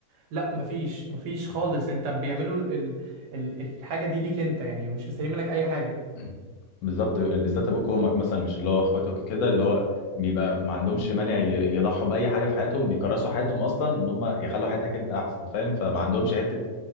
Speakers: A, on the right (about 80°); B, on the left (about 70°).
A: لا مفيش مفيش خالص انت بيعملوا ال... ال... ال- الحاجه دي ليك انت يعني ومش مستنيين منك اي حاجه
B: مم. بالظبط بالذات ابوك وامك مثلا مش اللي هو اخواتك كده اللي هو بيبقى ما عندهمش مانع ي- يضحوا باي حاجه في حياتهم بيكرسوا حياتهم اصلا ان هم يخلوا حياتك انت احسن فاهم فما عندهمش حته